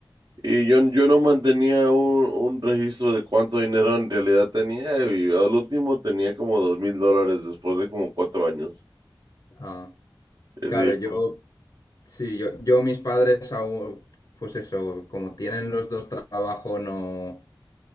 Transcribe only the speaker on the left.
Ah,
claro, yo, sí, yo, yo mis padres aún, pues eso, como tienen los dos trabajo, no.